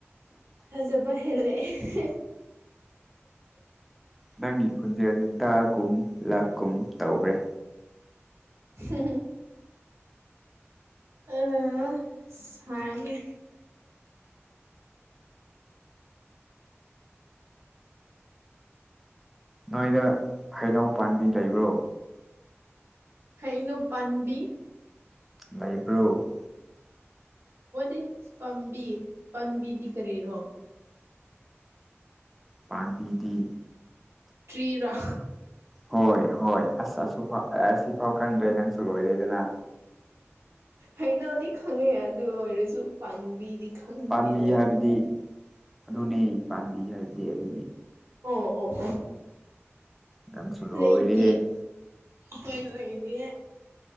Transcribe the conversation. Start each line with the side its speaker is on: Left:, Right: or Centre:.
Right: ꯐꯖꯕ ꯍꯦꯂꯛꯑꯦ
Centre: ꯅꯪꯒꯤ ꯈꯨꯟꯖꯦꯜꯁ ꯇꯥꯒꯨꯝ ꯂꯥꯛ ꯀꯨꯝ ꯇꯧꯈ꯭ꯔꯦ
Right: UNINTELLIGIBLE ꯑ ꯁꯥꯡꯉꯦ
Centre: ꯅꯣꯏꯗ ꯍꯩꯅꯎ ꯄꯥꯝꯕꯤ ꯂꯩꯕ꯭ꯔꯣ
Right: ꯍꯩꯅꯨ ꯄꯥꯟꯕꯤ
Centre: ꯂꯩꯕ꯭ꯔꯣ
Right: ꯋꯥꯠ ꯏꯁ ꯄꯥꯝꯕꯤ ꯄꯥꯝꯕꯤꯗꯤ ꯀꯔꯤꯔꯣ
Centre: ꯄꯥꯝꯕꯤꯗꯤ
Right: ꯇꯦꯔꯤ ꯔꫭ
Centre: ꯍꯣꯏ ꯍꯣꯏ ꯑꯁ ꯑꯁꯨ ꯐꯥꯎ ꯑꯁꯤꯐꯥꯎ ꯈꯪꯗ꯭ꯔꯦ ꯅꯪꯁꯨ ꯂꯣꯏꯔꯦꯗꯅ
Right: ꯍꯩꯅꯧꯗꯤ ꯈꯪꯉꯦ ꯑꯗꯨ ꯑꯣꯏꯔꯁꯨ ꯄꯥꯝꯕꯤꯗꯤ ꯈꯪꯗꯦꯗ
Centre: ꯄꯥꯝꯕꯤ ꯍꯥꯏꯕꯗꯤ ꯑꯗꯨꯅꯤ ꯄꯥꯝꯕꯤ ꯍꯥꯏꯕꯗꯤ ꯑꯗꯨ
Right: ꯑꯣ ꯑꯣ ꯑꯣ
Centre: ꯅꯪꯁꯨ ꯂꯣꯏꯔꯦꯍꯦ
Right: ꯂꯩꯇꯦ ꯍꯣꯏ ꯂꯣꯏ ꯏꯗꯤ